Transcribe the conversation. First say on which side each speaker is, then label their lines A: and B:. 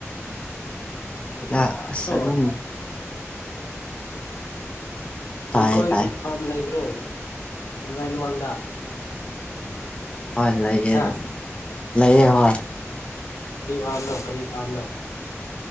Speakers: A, on the left; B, on the left.
A: <unintelligible>
B: ꯑꯣ
A: ꯑꯗꯨꯝ
B: ꯅꯪꯈꯣꯏꯒꯤ
A: ꯇꯥꯏꯌꯦ ꯇꯥꯏ
B: ꯐꯥꯔꯝ ꯂꯩꯕ꯭ꯔꯣ ꯏꯔꯥꯏ ꯂꯨꯋꯥꯡꯗ
A: ꯍꯣꯏ ꯂꯩꯌꯦ
B: ꯍꯥ
A: ꯂꯩꯌꯦ ꯍꯣꯏ
B: ꯀꯔꯤ ꯐꯥꯕꯅꯣ ꯀꯔꯤ ꯐꯥꯝꯅꯣ